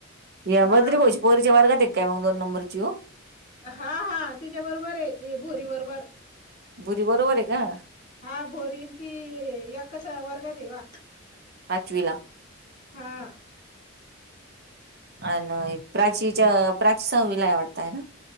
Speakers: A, on the right; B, on the left.
A: या
B: हा
A: बर तरी पो पोरीच्या वार्गात काय मग दोन नंबरची हो
B: हा हा त्यािच्या बरोबर आहे भोरी बरोबर
A: भुरी बरोबर आहे का
B: हा भोरींची एच वर्ग र आहे वा
A: पाचवी ला
B: हा
A: आणि प्राचीच्या प्राची सवीलाय वाटतय ना